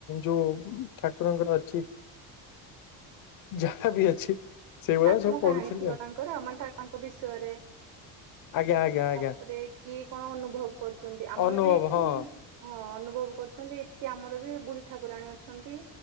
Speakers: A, on the left; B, on the right.
A: ଯୋଉ ଠାକୁରଙ୍କର ଅଛି ଯାହା ବି ଅଛି ସେଇଭଳିଆ
B: ଆତ୍ମ
A: ସବୁ
B: କାହାଣୀ
A: ପଢୁଥିଲି
B: ଥିବ
A: ଆଉ
B: ତାଙ୍କର, ମାନେ ତା ତାଙ୍କ ବିଷୟରେ
A: ଆଜ୍ଞ, ଆଜ୍ଞା। ଆଜ୍ଞା
B: ତାପରେ କିଏ କଣ ଅନୁଭବ କରୁଛନ୍ତି, ଆମର
A: ଅନୁଭବ
B: ବି ଏଠି
A: ହଁ
B: ହଁ ଅନୁଭବ କରୁଛନ୍ତି, ଏଠି ଆମର ବି ବୁଢ଼ୀ ଠାକୁରାଣୀ ଅଛନ୍ତି।